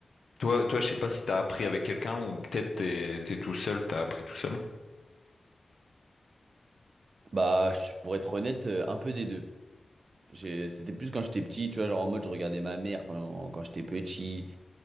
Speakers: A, on the left (about 70°); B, on the right (about 75°).
A: Toi, toi, je sais pas si t'as appris avec quelqu'un ou peut-être t'es, t'es tout seul, t'as appris tout seul.
B: Bah, je- pour être honnête, euh, un peu des deux. J'ai- C'était plus quand j'étais petit, tu vois, genre en mode je regardais ma mère quand, quand j'étais petit.